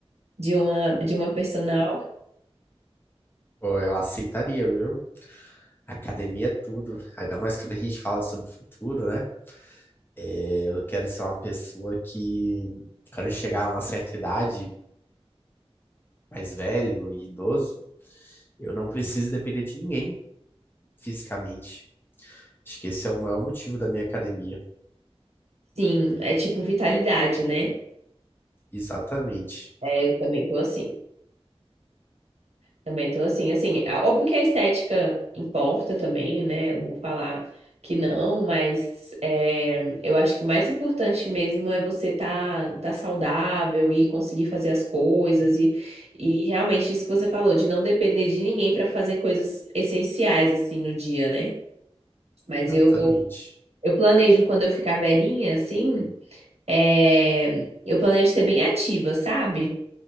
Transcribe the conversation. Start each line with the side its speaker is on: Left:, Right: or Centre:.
Right: de uma de uma personal,
Left: Pô, eu aceitaria, viu? Academia é tudo. Ainda mais quando a gente fala sobre o futuro, né? É, eu quero ser uma pessoa que. quando chegar a uma certa idade mais velho e idoso, eu não preciso depender de ninguém fisicamente. Acho que esse é o maior motivo da minha academia.
Right: sim, é tipo vitalidade, né?
Left: Exatamente,
Right: É, eu também tô assim. Também tô assim, assim, é óbvio que a estética importa também, né? Eu não vou falar que não, mas é, eu acho que o mais importante mesmo é você tá, tá saudável e conseguir fazer as coisas e, e realmente isso que você falou, de não depender de ninguém para fazer coisas essenciais assim no dia, né? Mas
Left: exatamente.
Right: eu, eu planejo quando eu ficar velhinha, assim, é, eu planejo ser bem ativa, sabe?